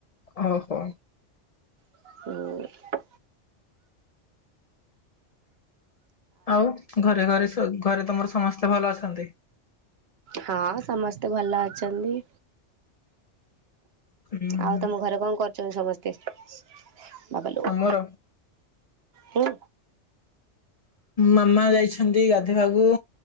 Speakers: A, on the left (about 60°); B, on the right (about 65°).
A: ଓହୋ।
B: ହୁଁ।
A: ଆଉ ଘରେ ଘରେ ସ ଘରେ ତମର ସମସ୍ତେ ଭଲ ଅଛନ୍ତି?
B: ହଁ ସମସ୍ତେ ଭଲ ଅଛନ୍ତି।
A: ହୁଁ ହୁଁ
B: ଆଉ ତମ ଘରେ କଣ କରୁଛନ୍ତି ସମସ୍ତେ ବାବାଲୋ
A: ଆମର
B: ହୁଁ।
A: ମାମା ଯାଇଛନ୍ତି ଗାଧେଇବାକୁ।